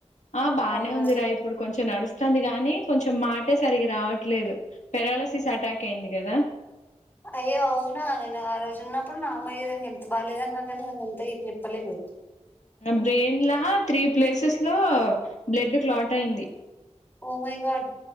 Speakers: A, on the left; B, on the left.
A: ఆహ్ బానే
B: అవునా
A: ఉందిరా ఇప్పుడు కొంచెం నడుస్తుంది గాని. కొంచెం మాటే సరికి రావట్లేదు పెరాలిసిస్ అటాక్ అయింది కదా
B: అయ్యో అవునా నేను ఆ రోజు ఉన్నప్పుడు నార్మల్ గా ఎదో హల్ ల్త్ బాలేదన్నారు కానీ అది అంతా చెప్పలేదు
A: బ్రెయిన్ లా త్రీ ప్లేసెస్ లో బ్లడ్ క్లాట్ అయింది
B: ఒ మై గాడ్